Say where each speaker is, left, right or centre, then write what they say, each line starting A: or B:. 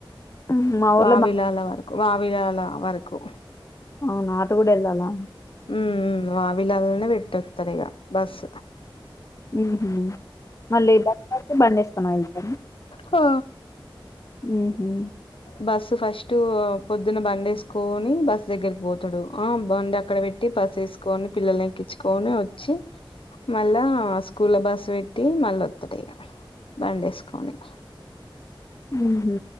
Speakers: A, on the left; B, on the left.
A: హ్మ్. మా ఊర్లో
B: వావిలాల
A: బ
B: వరకు వావిలాల వరకు
A: అవును అటు కూడా వెళ్ళాలా
B: హ్మ్ మ్మ్ వావిలాల్నే పెట్టేస్తాడిగా బస్
A: ఊహూ మళ్ళీ బస్సు ఆగితే బండేసుకొని వెళ్తార
B: ఆ
A: ఊహూ
B: బస్సు ఫస్ట్ పొద్దున బండి వేసుకొని బస్సు దగ్గరికి పోతాడు ఆ బండి అక్కడ పెట్టి బస్సు వేసు కోని పిల్లల్ని ఎక్కించుకొని వచ్చి మళ్ళా స్కూల్లో బస్ పెట్టి మళ్ళా వత్తడిక బండేసుకొని
A: ఊహూ